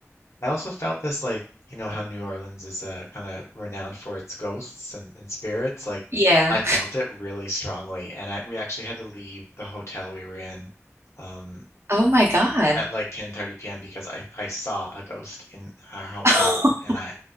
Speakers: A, on the left; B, on the right.
A: I also felt this like, you know, how New Orleans is uh, kind of renowned for its ghosts and, and spirits. Like
B: Yeah.
A: I felt it really strongly. And I, we actually had to leave the hotel we were in. Um,
B: Oh my God.
A: at like 10:30 p.m. because I I saw a ghost in our hotel
B: <laughs>
A: room and I